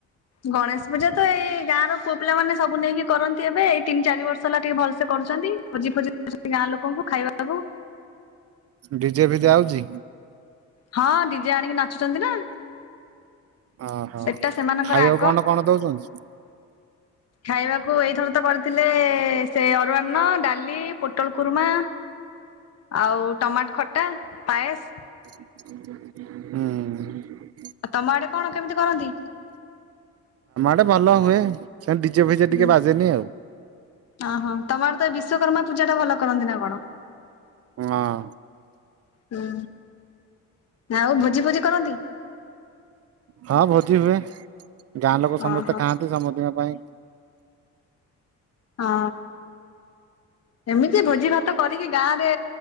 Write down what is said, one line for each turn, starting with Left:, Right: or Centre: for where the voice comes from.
Left: ଗଣେଶ ପୂଜା ତ ଏଇ ଗାଁର ପୁଅ ପିଲା ମାନ ସବୁ ନେଇକି କରନ୍ତି ଏବେ। ଏଇ ତିନି ଚାରି ବର୍ଷ ହେଲା ଟିକେ ଭଲସେ କ କରୁଛନ୍ତି ଭୋଜି ଫୋଜି କରଛନ୍ତି ଗାଁ ଲୋକଙ୍କୁ ଖାଇବାକୁ
Right: ଡିଜେ ଫିଜେ ଆଉଛି।
Left: ହଁ ଡିଜେ ଆଣିକି ନାଚୁଛନ୍ତି ନା।
Right: ଅହ
Left: ସେଟା ସେମାନଙ୍କର
Right: ଖାଇବାକୁ
Left: ଆଗ
Right: କଣ କଣ ଦଉଛନ୍ତି।
Left: ଖାଇବାକୁ ଏଇଥର ତ କରିଥିଲେ ସେ ଅରୁଆ ଅନ୍ନ ଡାଲି ପୋଟଳ କୁରୁର୍ମା ଆଉ ଟମାଟ ଖଟା ପାଏସ।
Right: ହୁଁ।
Left: ଆଉ ତମ ଆଡେ କଣ କେମିତି କରନ୍ତି?
Right: ଗୋଟେ ଭଲ ହୁଏ। ସେ ଡିଚହେ ଫିଜେ
Left: ହୁଁ
Right: ଟିକେ ବାଜେନି ଆଉ।
Left: ଓହୋ ତମ ଆଡେ ତ ବିଶ୍ଵକର୍ମା ପୂଜା ଟା ଭଲ କରନ୍ତି ନା କଣ?
Right: ହଁ।
Left: ହୁଁ ନା ଆଉ ଭୋଜି ଫୋଜି କରନ୍ତି?
Right: ହଁ ଭୋଜି ହୁଏ। ଗାଁ ଲୋକ ସମସ୍ତେ
Left: ଓହୋ
Right: ଖାଆନ୍ତି ସମଦଙ୍କ ପାଇଁ
Left: ହଁ। ଏମିତି ଭୋଜି ଭାତ କରିକି ଗାଁରେ